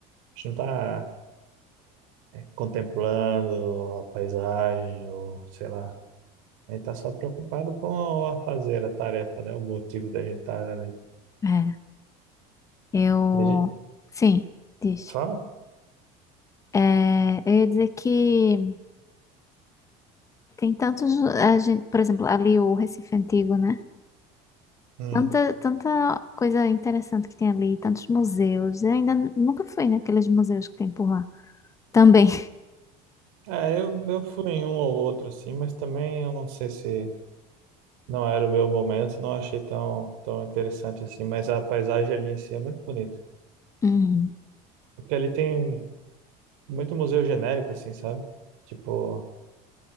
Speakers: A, on the right; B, on the left.
A: A gente não tá contemplando a paisagem ou sei lá. A gente tá só preocupado com a fazer a tarefa, né? O motivo da gente estar ali.
B: É. Eu.
A: E a gente
B: Sim, diz.
A: fala?
B: É, eu ia dizer que tem tantos. A gente, por exemplo, ali o Recife Antigo, né?
A: Hum.
B: Tanta, tanta coisa interessante que tem ali, tantos museus. Eu ainda n- nunca fui naqueles museus que tem por lá. Também.
A: É, eu, eu fui em um ou outro assim, mas também eu não sei se Não era o meu momento, não achei tão, tão interessante assim, mas a paisagem ali em si é muito bonita.
B: Uhum.
A: Porque ali tem muito museu genérico, assim, sabe? Tipo,